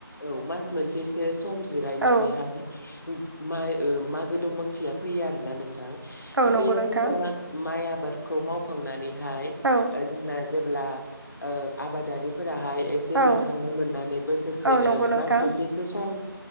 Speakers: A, on the left; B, on the right.
A: औ मास मोनसेसो सम जिरनानै
B: औ
A: माइ ओ मागो दमांसिया फैयो आरो ना नोंथां।
B: औ नंगौ
A: बेयाव
B: नोंथां
A: जोंना माइ आबादखौ मावखांनानैहाय
B: औ
A: ओ जोंना जेब्ला ओ आबादारिफोर राहाय ऐसे
B: औ
A: मेंखां मोननानै बोसोरसे
B: औ नंगौ
A: ओ
B: नोंथां
A: मास मोनसेसो सम